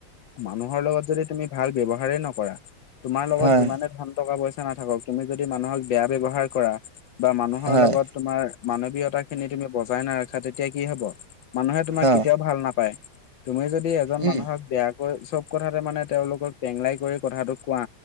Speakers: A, on the left; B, on the right.
A: মানুহৰ লগত যদি তুমি ভাল ব্যৱহাৰে নকৰা, তোমাৰ লগত
B: হয়
A: যিমানে ধন,,, টকা-পইচা নাথাকক, তুমি যদি মানুহক বেয়া ব্যৱহাৰ কৰা বা মানুহৰ
B: হয়
A: লগত,,, তোমাৰ মানৱীয়তা খিনি তুমি বজাই নাৰাখা, তেতিয়া কি হ'ব? মানুহে তোমাক
B: অ
A: কেতিয়াও ভাল নাপায়। তুমি যদি এজন
B: উম
A: মানুহক বেয়া,,, চব কথাতে, মানে, তেওঁলোকক টেংলাই কৰি কথাটো কোৱা।